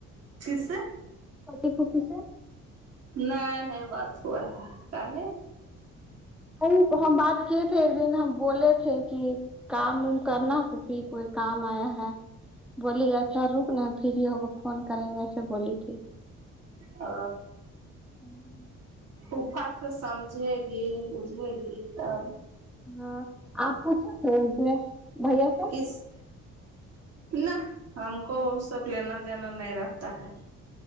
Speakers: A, on the right (about 55°); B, in the centre.
A: کس سے
B: کٹی پتی سے
A: نہیں نہیں بات ہو ہے کا ہے
B: وہ ہم بات کیے تھے ایک دن ہم بولے تھے کہ کام کرنا کسی کے کام آیا ہے بولی اچھا رک نا پری ہی ہوکے فون کریں گے اسے بولی تھی
A: ا
B: ہمم
A: طوفات سے سمجھے گی بجھے گی تب
B: ہاں آپو س <unintelligible> تو انے بھیا سے
A: کس نہ ہم کو سب لینا دینا نہیں رہتا ہے